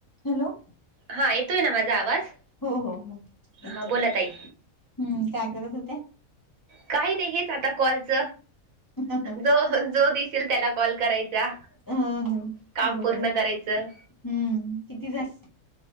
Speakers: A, on the left; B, on the right.
A: हॅलो,
B: हा येतोय ना माझा आवाज?
A: हो हो हो येतोय.
B: हा बोला ताई
A: हम्म काय करत होत्या?
B: काही नाही हेच आता कॉलच.
A: हा
B: जो जो दिसेल त्याला कॉल करायचा.
A: हा
B: काम
A: बरोबर
B: पूर्ण
A: आहे
B: करायचं.
A: हम्म किती झाले